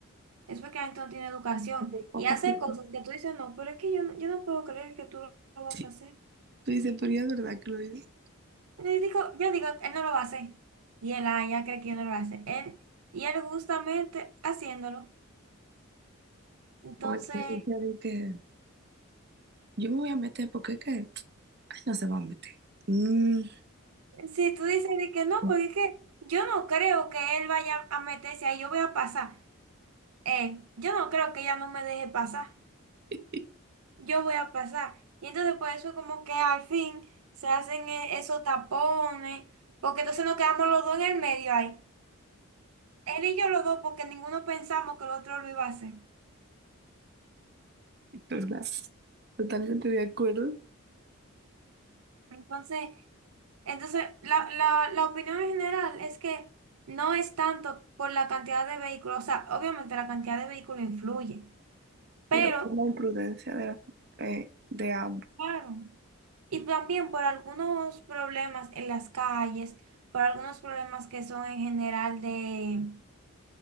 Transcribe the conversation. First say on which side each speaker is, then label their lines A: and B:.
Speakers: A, on the right; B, on the right.
A: Es porque la gente no tiene educación
B: Hay muy poca
A: y hace
B: persona.
A: cosas que tú dices, no, pero es que yo, no- yo no puedo creer que tú lo lo vas
B: Sí.
A: a hacer.
B: Tú dices, pero ya es verdad que lo dices.
A: Yo digo, yo digo, él no lo va a hacer. Y él, ah, ya cree que yo no lo voy a hacer. Él, y él justamente haciéndolo. Entonces,
B: O el que dice de que yo me voy a meter porque es que ay, no se va a meter. Mm,
A: si tú dices de que no,
B: <laughs>
A: porque es que yo no creo que él vaya a meterse ahí, yo voy a pasar. Eh, yo no creo que ella no me deje pasar.
B: es
A: Yo voy a pasar. Y entonces por eso como que al fin se hacen e- esos tapones, porque entonces nos quedamos los dos en el medio ahí. Él y yo los dos, porque ninguno pensamos que el otro lo iba a hacer.
B: verdad. Totalmente de acuerdo.
A: Entonces... Entonces, la, la, la opinión en general es que no es tanto por la cantidad de vehículos, o sea, obviamente la cantidad de vehículos influye, pero
B: Sino por la imprudencia de, la- eh, de ambos.
A: claro, y también por algunos problemas en las calles, por algunos problemas que son en general de,